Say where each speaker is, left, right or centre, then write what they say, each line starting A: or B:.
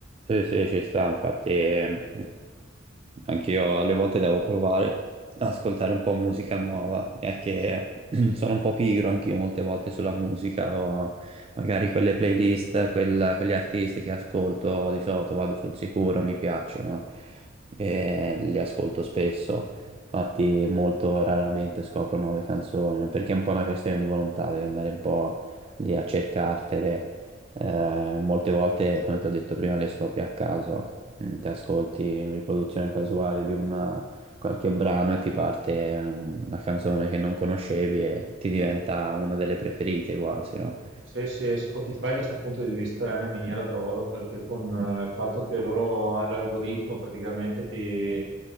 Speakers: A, on the right (about 30°); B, on the right (about 70°).
A: Sì, sì, ci sta, infatti ehm, anch'io alle volte devo provare ad ascoltare un po' musica nuova, è che <clears throat> sono un po' pigro anch'io molte volte sulla musica, o magari quelle playlist, quel- quegli artisti che ascolto di solito vado sul sicuro, mi piacciono e li ascolto spesso, infatti molto raramente scopro nuove canzoni, ma perché è un po' una questione di volontà, devi andare un po' lì a cercartele. Eh, molte volte, come ti ho detto prima, le scopri a caso, Mm, ti ascolti una riproduzione casuale di una- qualche brano e ti parte una canzone che non conoscevi e ti diventa una delle preferite quasi, no?
B: Sì, sì, Spotify da questo punto di vista è una miniera d'oro perché con eh, il fatto che loro ah, l'algoritmo praticamente ti